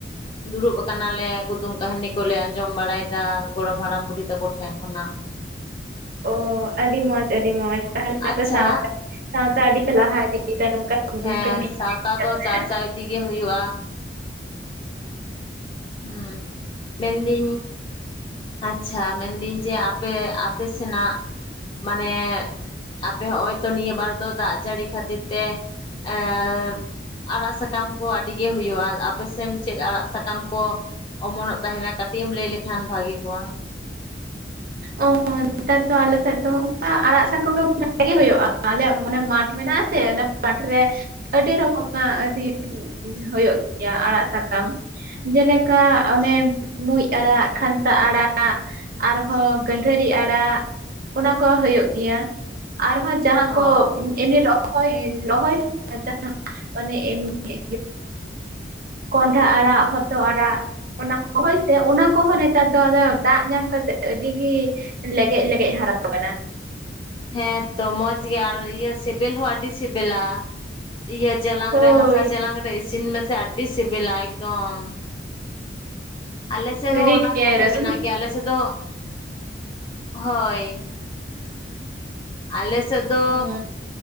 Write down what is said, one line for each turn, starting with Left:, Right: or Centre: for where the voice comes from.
Left: ᱫᱩᱲᱩᱵ ᱟᱠᱟᱱᱟᱞᱮ ᱾ ᱠᱩᱫᱩᱢ ᱠᱟᱹᱦᱱᱤ ᱠᱚᱞᱮ ᱟᱸᱡᱚᱢ ᱵᱟᱲᱟᱭᱮᱫᱟ ᱜᱚᱲᱚᱢ ᱦᱟᱲᱟᱢ ᱵᱩᱰᱷᱤ ᱛᱟᱠᱚ ᱴᱷᱮᱡ ᱠᱷᱚᱱᱟᱜ ᱾
Right: ᱚ ᱟᱹᱰᱤ ᱢᱚᱸᱡᱽ ᱟᱹᱰᱤ ᱢᱚᱸᱡᱽ ᱛᱟᱦᱚᱞᱮ
Left: ᱟᱪᱪᱷᱟ
Right: ᱟᱯᱮ ᱥᱟᱶᱛᱟ ᱥᱟᱶᱛᱟ ᱟᱹᱰᱤᱯᱮ ᱞᱟᱦᱟ ᱤᱫᱤᱭᱮᱫᱟ ᱱᱚᱝᱠᱟ ᱠᱩᱫᱩᱢ
Left: ᱦᱮᱸ
Right: ᱠᱟᱹᱦᱱᱤ
Left: ᱥᱟᱶᱛᱟ
Right: ᱠᱟᱛᱮᱫ
Left: ᱫᱚ ᱪᱟᱨᱪᱟᱣ ᱤᱫᱤ ᱜᱮ ᱦᱩᱭᱩᱜᱼᱟ ᱾ ᱦᱩᱸ ᱢᱮᱱᱫᱟᱹᱧ ᱟᱪᱪᱷᱟ ᱢᱮᱱᱫᱟᱹᱧ ᱡᱮ ᱟᱯᱮ ᱟᱯᱮ ᱥᱮᱱᱟᱜ ᱢᱟᱱᱮ ᱟᱯᱮ ᱦᱚᱸᱜᱼᱚᱭ ᱛᱚ ᱱᱤᱭᱟᱹ ᱵᱟᱨ ᱫᱚ ᱫᱟᱜ ᱡᱟᱹᱲᱤ ᱠᱷᱟᱹᱛᱤᱨ ᱛᱮ ᱮᱸᱻᱫ ᱟᱲᱟᱜ ᱥᱟᱠᱟᱢ ᱠᱚ ᱟᱹᱰᱤ ᱜᱮ ᱦᱩᱭᱩᱜᱼᱟ ᱟᱯᱮᱥᱱ ᱪᱮᱫ ᱟᱲᱟᱜ ᱥᱟᱠᱟᱢ ᱠᱚ ᱚᱢᱚᱱᱚᱜ ᱛᱟᱦᱮᱱᱟ ᱠᱟᱹᱴᱤᱡ ᱮᱢ ᱞᱟᱹᱭ ᱞᱮᱠᱷᱟᱱ ᱵᱷᱟᱜᱤ ᱠᱚᱜᱼᱟ ᱾
Right: ᱚ ᱱᱮᱛᱟᱨ ᱫᱚ ᱟᱞᱮ ᱥᱮᱫ ᱫᱚ ᱚᱱᱠᱟ ᱟᱲᱟᱜ ᱥᱟᱠᱟᱢ ᱫᱚ ᱵᱷᱟᱜᱤ ᱦᱩᱭᱩᱜᱼᱟ ᱟᱞᱮᱭᱟᱜ ᱚᱱᱮ ᱢᱟᱴᱷ ᱢᱮᱱᱟᱜ-ᱟ ᱥᱮ ᱚᱱᱟ ᱢᱟᱴᱷ ᱨᱮ ᱟᱹᱰᱤ ᱨᱚᱠᱚᱢᱟᱜ ᱟᱹᱰᱤ ᱦᱳᱭᱳᱜ ᱜᱮᱭᱟ ᱟᱲᱟᱜ ᱥᱟᱠᱟᱢ ᱾ ᱡᱮᱞᱮᱠᱟ ᱚᱱᱮ ᱢᱩᱸᱡ ᱟᱲᱟᱜ, ᱠᱷᱟᱱᱛᱟ ᱟᱲᱟᱜ ᱟᱨᱦᱚᱸ ᱜᱟᱹᱫᱷᱟᱹᱨᱤ ᱟᱲᱟᱜ ᱚᱱᱟ ᱠᱚ ᱦᱩᱭᱩᱜ ᱜᱮᱭᱟ, ᱟᱨᱦᱚᱸ ᱡᱟᱦᱟᱸ
Left: ᱚ
Right: ᱠᱚ ᱮᱢᱱᱤ ᱨᱚᱦᱚᱭ <unintelligible> ᱮᱢᱱᱤ ᱠᱚᱸᱰᱷᱟ ᱟᱲᱟᱜ, ᱦᱚᱛᱚᱜ ᱟᱲᱟᱜ ᱾ ᱚᱱᱟ ᱠᱚ ᱦᱚᱳᱭ ᱥᱮ, ᱚᱱᱟ ᱠᱚᱦᱚᱸ ᱱᱮᱛᱟᱨ ᱫᱚ ᱫᱟᱜ ᱧᱟᱢ ᱠᱟᱛᱮ ᱟᱹᱰᱤ ᱜᱤ ᱞᱮᱜᱮᱡ ᱞᱮᱜᱮᱡ ᱦᱟᱨᱟ ᱟᱠᱟᱱᱟ ᱾
Left: ᱦᱮᱸ ᱛᱚ ᱢᱚᱸᱡᱽ ᱜᱮ ᱟᱨ ᱤᱭᱟᱹ ᱥᱤᱵᱤᱞ ᱦᱚᱸ ᱟᱹᱰᱤ ᱥᱤᱵᱮᱞᱟ ᱾ ᱤᱭᱟᱹ ᱪᱮᱞᱟᱝ
Right: ᱦᱳᱭ
Left: ᱨᱮ ᱦᱟᱥᱟ ᱪᱮᱞᱟᱝ ᱨᱮ ᱤᱥᱤᱱ ᱢᱮᱥᱮ ᱟᱹᱰᱤ ᱥᱤᱵᱤᱞᱟ ᱮᱠᱫᱚᱢ ᱾ ᱟᱞᱮ ᱥᱮᱫ
Right: ᱥᱟᱹᱨᱤᱜᱮ
Left: ᱦᱚᱸ ᱚᱱᱟ ᱠᱚᱜᱮ
Right: ᱨᱟᱹᱥᱩᱱ
Left: ᱢᱮᱱᱟᱜ ᱜᱮᱭᱟ, ᱟᱞᱮ ᱥᱮᱫ ᱫᱚ ᱦᱳᱭ ᱾ ᱟᱞᱮ ᱥᱮᱫ ᱫᱚ
Right: ᱦᱩᱸ